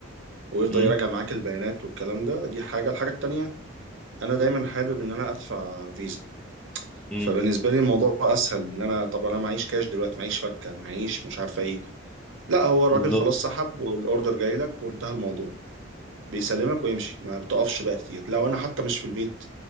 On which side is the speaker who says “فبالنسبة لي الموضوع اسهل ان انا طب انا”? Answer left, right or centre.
Right